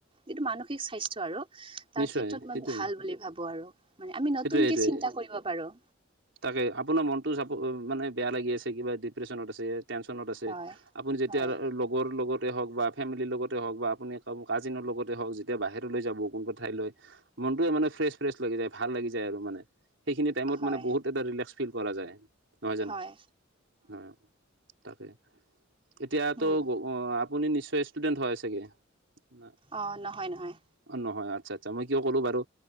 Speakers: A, on the right; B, on the right.
A: যিটো মানসিক স্বাস্থ্যয় আৰু। তাৰ
B: নিশ্চয়
A: ক্ষেত্ৰত
B: সেইটোৱে
A: মই ভাল বুলি ভাবো আৰু মানে আমি
B: সেইটোৱে
A: নতুনকে
B: সেইটোৱে
A: চিন্তা কৰিব পাৰো।
B: তাকে আপোনাৰ মনতো চ, মানে বেয়া লাগি আছে কিবা ডিপ্ৰেশচনত আছে। টেনচনত আছে,
A: হয়।
B: আপোনি‌ যেতিয়া
A: হয়,
B: লগৰ লগত হ'ক বা ফেমিলিৰ লগতে হ'ওক বা আপুনি কাজিনৰ লগতে হ'ওক যেতিয়া বাহিৰলৈ যাব কোনোবা ঠাইলৈ মনটো মান, ফ্ৰেচ ফ্ৰচ লাগি যায়। ভাল লাগি যায় আৰু মানে, সেইখিনি টাইমত
A: হয়,
B: মানে বহুত এটা ৰিলেক্স ফিল কৰা যায়। নহয় জানো,
A: হয়,
B: হয়, তাকে এতিয়াতো
A: উম,
B: ব অ, আপুনি নিশ্চয়, ষ্টুডেণ্ট হয় চাগে, ন।
A: অ, নহয়, নহয়।
B: অ, নহয় আচ্ছা, আচ্ছা, মই কিয় ক'লো বাৰু,